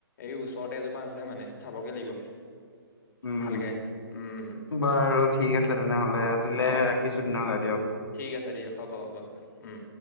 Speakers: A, on the left; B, on the left.
A: এই ওচৰতে এজোপা আছে মানে চাবগে লাগিব।
B: উম,
A: ভালকে উম
B: বাৰু ঠিক আছে তেনেহ'লে আজিলে
A: অ
B: ৰাখিছো তেনেহ'লে দিয়ক।
A: ঠিক আছে দিয়া। হ'ব হ'ব উম।